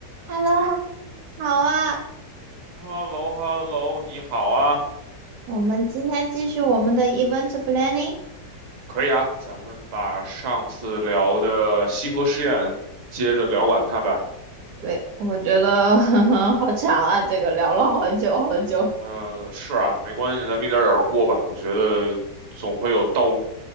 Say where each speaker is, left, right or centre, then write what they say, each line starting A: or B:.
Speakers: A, on the right; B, on the right.
A: Hello，好啊，
B: h e l l o h e l l o 你好啊，
A: 我们今天继续我们的 event planning。
B: 可以啊，咱们把上次聊的西河实验接着聊完它吧。
A: 对，我觉得 <laughs> 好长啊，这个聊了好久好久。
B: 嗯、是啊，没关系，咱们一点儿点儿过吧。我觉得总会有到